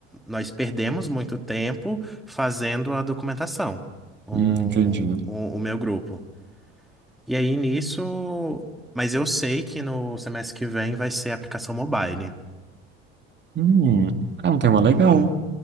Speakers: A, in the centre; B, on the right (about 35°).
A: nós perdemos muito tempo fazendo a documentação. O,
B: Hum, entendi.
A: o, o meu grupo. E aí nisso. Mas eu sei que no semestre que vem vai ser aplicação mobile.
B: Hum, é um tema legal.
A: Uhum.